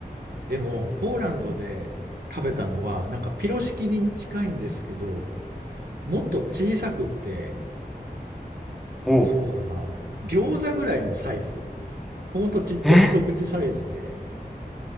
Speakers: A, on the right (about 75°); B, in the centre.
A: でも、ポーランドで食べたのは、なんかピロシキに近いんですけど、もっと小さくって、
B: ほ
A: そうだな。餃子ぐらいのサイズ。ほんとちっちゃい一口サイズで、
B: う。え？